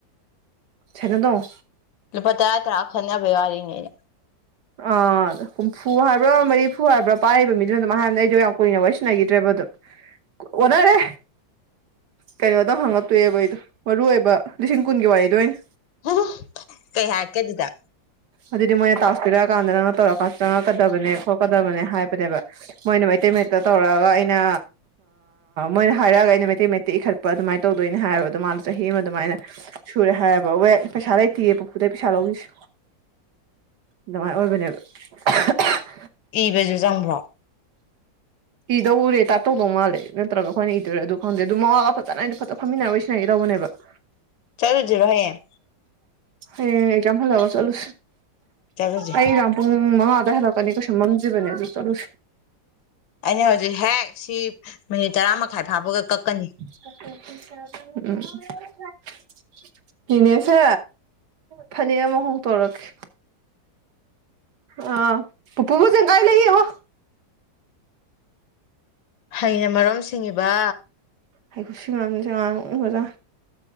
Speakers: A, on the right; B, on the left.
A: ꯁꯅꯗꯣ
B: ꯂꯨꯄꯥ ꯇꯔꯥ ꯇꯔꯥ ꯈꫭꯝꯅꯕꯩ ꯋꯥꯔꯤꯅꯤ
A: ꯑꯥ ꯍꯨꯝꯐꯨ ꯍꯥꯏꯕ꯭ꯔꯥ ꯃꯔꯤꯐꯨ ꯍꯥꯏꯕ꯭ꯔꯥ ꯄꯥꯏꯔꯤꯕ ꯃꯤꯗꯨꯅ ꯑꯗꯨꯝ ꯍꯥꯏꯅ ꯑꯩꯗꯣ ꯌꯥꯝ ꯀꯨꯏꯅ ꯋꯥꯔꯤꯏ ꯁꯤꯟꯅꯈꯤꯗ꯭ꯔꯦꯕ ꯑꯗꯨꯣ ꯑꯣꯟꯅꯔꯦ ꯀꯩꯅꯣꯗꯧ ꯍꯪꯉꯛꯇꯣꯏꯑꯕ ꯑꯩꯗꯣ ꯃꯔꯨ ꯑꯣꯏꯕ ꯂꯤꯁꯤꯡ ꯀꯨꯟꯒꯤ ꯋꯥꯔꯤꯗ ꯑꯣꯏꯅ
B: ꯎ ꯀꯩ ꯍꯥꯏꯀꯦ ꯑꯗꯨꯗ
A: ꯑꯗꯨꯗꯤ ꯃꯣꯏꯅ ꯇꯥꯛꯁ ꯄꯤꯔꯛꯑꯀꯥꯟꯗ ꯅꯪꯅ ꯇꯧꯔꯀꯥꯟꯗ ꯆꯪꯉꯛꯀꯗꯕꯅꯦ ꯈꯣꯠꯀꯗꯕꯅꯦ ꯍꯥꯏꯕꯅꯦꯕ ꯃꯣꯏꯅ ꯃꯩꯇꯩ ꯃꯛꯇ ꯇꯧꯔꯛꯑꯒ ꯑꯩꯅ ꯃꯣꯏꯅ ꯍꯥꯏꯔꯛꯑꯒ ꯑꯩꯅ ꯃꯩꯇꯩ ꯃꯩꯇꯩ ꯏꯈꯠꯄ ꯑꯗꯨꯃꯥꯏꯅ ꯇꯧꯗꯣꯏꯅꯦ ꯍꯥꯏꯕ ꯑꯗꯣ ꯃꯥꯗꯣ ꯆꯍꯤ ꯑꯃ ꯑꯗꯨꯃꯥꯏꯅ ꯁꯨꯔꯦ ꯍꯥꯏꯕ ꯋꯦ ꯄꯩꯁꯥ ꯂꯩꯇꯦꯌꯦ ꯄꯨꯄꯨꯗꯩ ꯄꯩꯁꯥ ꯂꯧꯅꯤꯁ ꯑꯗꯨꯃꯥꯏꯅ ꯑꯣꯏꯕꯅꯦꯕ <inaudible>
B: ꯏꯕꯁꯨ ꯆꯪꯕ꯭ꯔꯣ
A: ꯏꯗꯧ ꯎꯔꯦ ꯇꯥꯛꯇꯧꯗꯧ ꯃꯥꯜꯂꯦ ꯅꯠꯇ꯭ꯔꯒ ꯑꯩꯈꯣꯏꯅ ꯏꯗꯣꯏꯦ ꯑꯗꯨ ꯈꯪꯗꯦꯝ ꯃꯉꯥꯜꯒ ꯐꯖꯅꯗꯤ ꯐꯖ ꯐꯝꯃꯤꯟꯅꯔꯣꯏ ꯁꯤꯖꯤꯟꯅꯩ ꯇꯗꯧꯕꯅꯦꯕ <inaudible>
B: ꯆꯠꯂꯨꯁꯤꯔꯣ ꯍꯌꯦꯡ
A: ꯍ ꯏ ꯀꯝ ꯐꯜꯕ ꯆꯂꯨ
B: ꯆꯠꯂꯨꯁꯦ
A: ꯑꯩꯔꯝ ꯄꯨꯡ ꯃꯉ ꯑꯗꯍ ꯂꯀꯅꯤ ꯀꯁ ꯃꯝꯖꯕꯅꯦ ꯑꯗꯨ ꯆꯂꯁꯨ
B: ꯑꯩꯅ ꯍꯧꯖꯤꯛ ꯍꯦꯛ ꯁꯤ ꯃꯤꯅꯤꯠ ꯇꯔꯥ ꯃꯈꯥꯏ ꯐꯥꯕꯒ ꯀꯛꯀꯅꯤ
A: ꯁ ꯏꯅꯦꯁꯦ ꯐꯅꯦꯛ ꯑꯃ ꯍꯣꯡ ꯇꯣꯔꯛꯀꯦ ꯑ ꯄꯄꯨꯕꯨꯨꯁꯦ ꯀꯥꯏ ꯂꯩ ꯍ
B: ꯍꯩꯅ ꯃꯔꯨꯝ ꯁꯤꯡꯉꯤꯕ
A: ꯍꯥꯏꯩꯈ ꯁꯤꯅ ꯆ ꯃꯖꯥ